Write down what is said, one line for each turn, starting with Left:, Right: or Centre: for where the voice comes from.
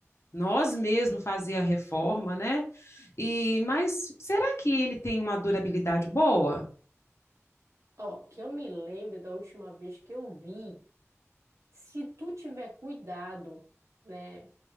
Left: nós mesmos fazer a reforma, né? E, mas será que ele tem uma durabilidade boa?
Right: Ó, que eu me lembre da última vez que eu vi, se tu tiver cuidado, né,